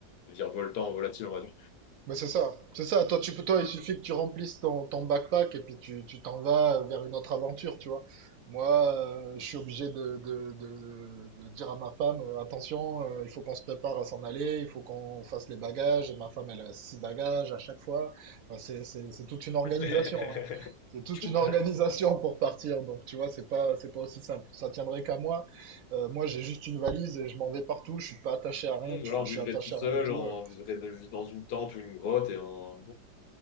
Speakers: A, on the left; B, on the right.
A: virevoltant, volatile, on va dire.
B: Mais c'est ça, c'est ça. Toi, tu peux, toi, il suffit que tu remplisses ton, ton backpack et puis tu, tu t'en vas vers une autre aventure, tu vois. Moi, euh, je suis obligé de, de, de, de dire à ma femme, euh, attention, euh, il faut qu'on se prépare à s'en aller, il faut qu'on fasse les bagages. Et ma femme, elle a six bagages à chaque fois. Enfin, c'est, c'est, c'est toute une organisation,
A: <laughs>
B: hein. C'est toute
A: Tchou.
B: une organisation pour partir. Donc, tu vois, c'est pas, c'est pas aussi simple. Ça tiendrait qu'à moi. Euh, moi, j'ai juste une valise et je m'en vais partout. Je suis pas attaché à rien. Enfin,
A: Voilà, on
B: je
A: vivrait
B: suis attaché
A: tout seul,
B: à rien du tout.
A: on
B: euh.
A: vivrait de- juste dans une tente ou une grotte et on...